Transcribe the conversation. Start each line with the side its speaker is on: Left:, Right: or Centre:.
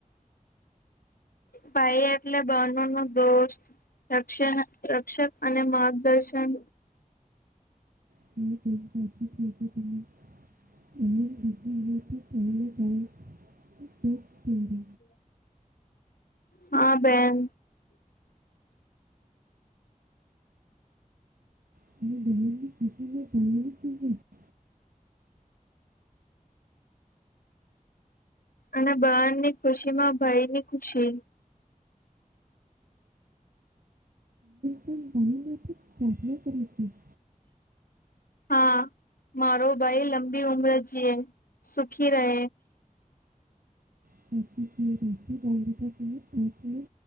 Left: ભાઈ એટલે બેનો નો દોસ્ત. રક્ષણ રક્ષક અને માર્ગદર્શન
Right: <unintelligible> ચોક પહેરે
Left: હા બેન.
Right: <unintelligible>
Left: અને બહન ની ખુશી માં ભાઈ ની ખુશી.
Right: પણ બનને ખ પ્રશ્નો કરી છે. <unintelligible>
Left: હા, મારો ભાઈ લંબી ઉમર જે, સુખી રહે.
Right: <unintelligible> હું બોલું છું એ તમને ખબર પડછ? <unintelligible>